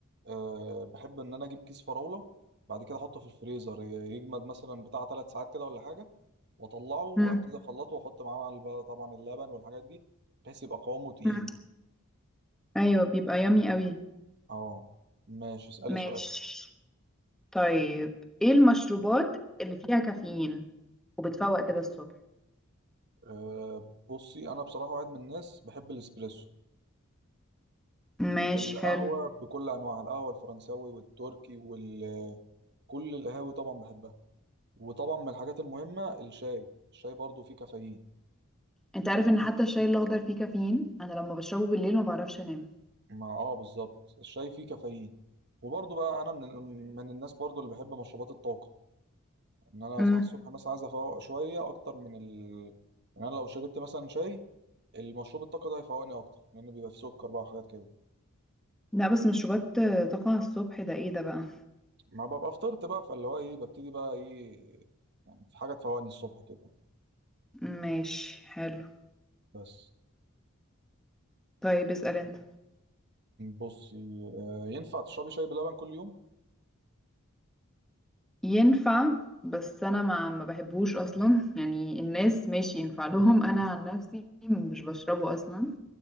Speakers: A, on the right; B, in the centre.
A: أه بحب ان انا اجيب كيس فراوله بعد كده احطه في الفريزر ي- يجمد مثلا بتاع ثلاث ساعات كده ولا حاجه واطلعه وابتدي
B: مم.
A: اخلطه واحط معاه مع- بقى طبعا اللبن والحاجات دي بحيث يبقى قوامه تقيل
B: مم. ايوه بيبقى يامي قوي
A: اه ماشي اسالي
B: ماشي
A: سؤال
B: طيب ايه المشروبات اللي فيها كافيين وبتفوق كده الصبح
A: أه بصي انا بصراحه واحد من الناس بحب الاسبريسو
B: ماشي
A: والقهوه
B: حلو
A: بكل انواعها القهوه الفرنساوي والتركي وكل القهاوي طبعا بحبها وطبعا من الحاجات المهمه الشاي الشاي برضو فيه كافيين
B: انت عارف ان حتى الشاي الاخضر فيه كافيين انا لما بشربه بالليل ما بعرفش انام
A: ما اه بالظبط الشاي فيه كافيين وبرضه بقى انا من من الناس برضه اللي بحب مشروبات الطاقه ان انا لو
B: مم.
A: صحيت الصبح مثلا عايز افوق شويه اكتر من ال يعني انا لو شربت مثلا شاي المشروب الطاقه ده هيفوقني اكتر لان بيبقى فيه سكر بقى وحاجات كده
B: لا بس مشروبات آه، طاقة الصبح ده ايه ده بقى
A: ما ببقى فطرت بقى فاللي هو ايه ببتدي بقى ايه يعني في حاجه تفوقني الصبح كده
B: ماشي حلو
A: بس
B: طيب اسأل انت
A: بصي آه، ينفع تشربي شاي بلبن كل يوم؟
B: ينفع بس انا ما ما بحبهوش اصلا يعني الناس ماشي ينفع لهم <laughs> انا عن نفسي مش بشربه اصلا